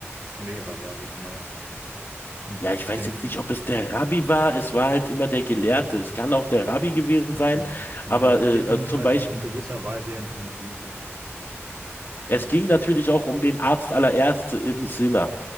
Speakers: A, on the right; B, on the left.
A: Lehrer, sage ich mal. Und
B: Ja, ich weiß
A: den,
B: jetzt nicht, ob es der Rabbi war. Es war halt immer der Gelehrte. Es kann auch der Rabbi gewesen
A: okay.
B: sein.
A: Aber
B: Aber
A: die
B: äh,
A: hatten
B: äh, zum
A: halt
B: Beispiel,
A: in gewisser Weise eben einen Guru. Und
B: es ging natürlich auch um den Arzt aller Ärzte, Ibn Sina.